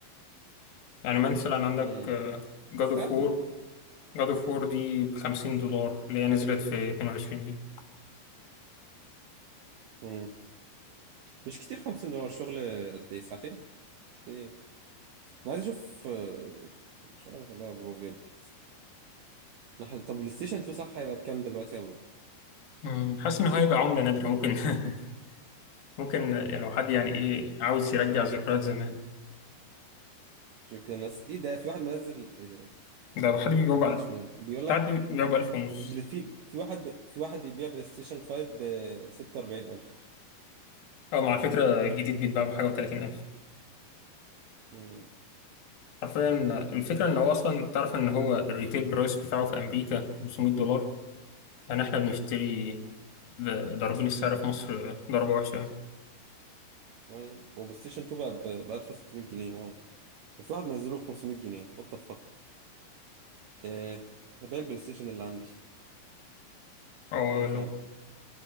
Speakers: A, on the left; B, on the right.
A: يعني مثلا عندك
B: مم.
A: جاد
B: مستعد
A: اوف وور جاد اوف وور دي ب 50 دولار اللي هي نزلت في 22 دي
B: مم. مش كتير 50 دولار شغل قد ايه ساعتين مش كتير انا عايز اشوف آه، مش عارف والله يا برو بجد لحظة طب والبلاي ستيشن 2 صح هيبقى بكام دلوقتي يا برو
A: مم. حاسس إن هو هيبقى عملة نادرة ممكن <laughs> ممكن يعني لو حد يعني إيه عاوز يرجع ذكريات زمان
B: شوف كده الناس ايه ده في واحد منزل ايه ده
A: ده حد
B: ما
A: بيبيعه
B: ما
A: بقى
B: حدش منزل بيقول
A: تعدي
B: لك
A: بيبيعه بألف ونص
B: بل- في في واحد ب... في واحد بيبيع بلاي ستيشن 5 ب 46000
A: أو مع فكرة الجديد بيتباع بحاجة و30 ألف
B: مم.
A: حرفيا الفكرة إن هو أصلا تعرف إن هو الريتيل برايس بتاعه في أمريكا 500 دولار يعني إحنا بنشتري ب- ضاربين السعر في مصر ضربة وحشة يعني.
B: يعني وبلاي ستيشن 2 بقى ب 1600 جنيه واو في واحد منزله ب 500 جنيه وات ذا فاك ايه هبيع البلاي ستيشن اللي عندي
A: أه
B: شوف
A: لو
B: يعني